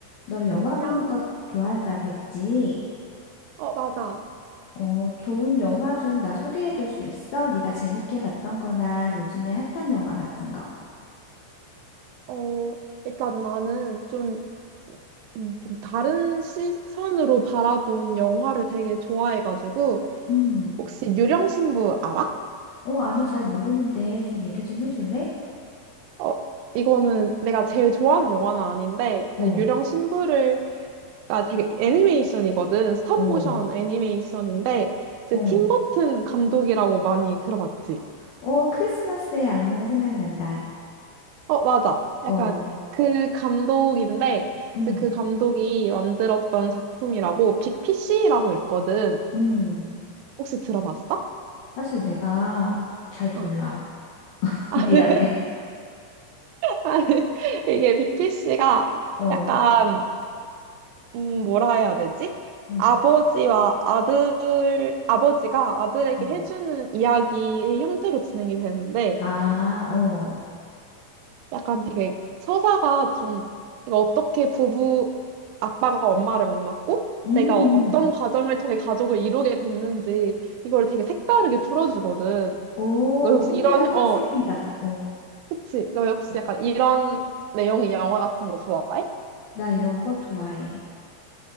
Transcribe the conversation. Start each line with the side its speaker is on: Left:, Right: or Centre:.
Left: 너 영화
Right: 안녕.
Left: 보는 거 좋아한다고 했지?
Right: 어, 맞아.
Left: 어, 좋은 영화 좀 나 소개해 줄 수 있어? 네가 재밌게 봤던 거나 요즘에 핫한 영화 같은 거.
Right: 어, 일단 나는 좀, 음, 좀 다른 시선으로 바라본 영화를 되게 좋아해가지고,
Left: 음.
Right: 혹시 유령신부 알아?
Left: 어, 아니, 잘 모르는데 좀 얘기 좀 해줄래?
Right: 어, 이거는 내가 제일 좋아하는 영화는 아닌데,
Left: 어,
Right: 그 유령신부를가 되게 애니메이션이거든. 스톱모션
Left: 어,
Right: 애니메이션인데, 이제
Left: 어.
Right: 팀 버튼 감독이라고 많이 들어봤지?
Left: 어, 크리스마스의 악몽 생각난다.
Right: 어, 맞아. 약간
Left: 어,
Right: 그 감독인데,
Left: 음,
Right: 이제 그 감독이 만들었던 작품이라고 빅피씨라고 있거든.
Left: 음.
Right: 혹시 들어봤어?
Left: 사실 내가 잘
Right: 어,
Left: 몰라. <laughs>
Right: <laughs>
Left: 미안해.
Right: 아니, 이게 빅피씨가
Left: 어,
Right: 약간, 음, 뭐라 해야 되지?
Left: 음,
Right: 아버지와 아들, 아버지가 아들에게
Left: 음.
Right: 해주는 이야기의 형태로 진행이 되는데,
Left: 아, 어.
Right: 약간 되게 서사가 좀 그러니까 어떻게 부부 아빠가 엄마를 만났고
Left: 음, 음.
Right: 내가 어떤 과정을 통해 가족을 이루게 됐는지 이걸 되게 색다르게 풀어주거든.
Left: 오,
Right: 너 역시
Left: 흥미가
Right: 이런
Left: 확
Right: 어
Left: 생긴다. 어.
Right: 그치? 너 역시
Left: 어,
Right: 약간 이런 내용의 영화 같은 거 좋아해?
Left: 나 이런 거 좋아해.